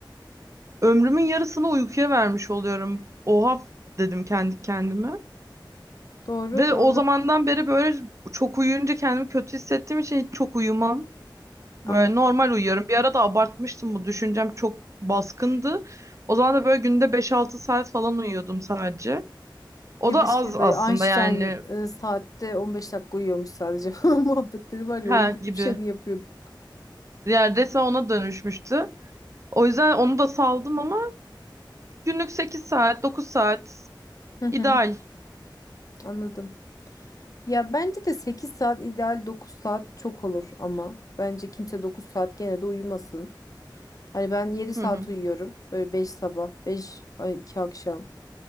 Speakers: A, on the right; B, on the left.
A: ömrümün yarısını uykuya vermiş oluyorum. Oha dedim kendi kendime.
B: Doğru,
A: Ve
B: doğru.
A: o zamandan beri böyle çok uyuyunca kendimi kötü hissettiğim için hiç çok uyumam.
B: Anladım.
A: Böyle normal uyuyorum. Bir ara da abartmıştım bu düşüncem çok baskındı. O zaman da böyle günde 5-6 saat falan uyuyordum sadece. O
B: Ya
A: da
B: da şey
A: az aslında
B: böyle Einstein
A: yani
B: e, saatte 15 dakika uyuyormuş sadece <laughs> falan muhabbetleri var ya
A: ha
B: onun gibi
A: gibi.
B: bir şey mi yapıyordu?
A: Yani resmen ona dönüşmüştü. O yüzden onu da saldım ama Günlük 8 saat, 9 saat
B: Hı hı,
A: ideal.
B: anladım. Ya bence de 8 saat ideal 9 saat çok olur ama bence kimse 9 saat gene de uyumasın. Hani ben 7 saat
A: Hı hı.
B: uyuyorum. Böyle 5 sabah, 5 ay 2 akşam.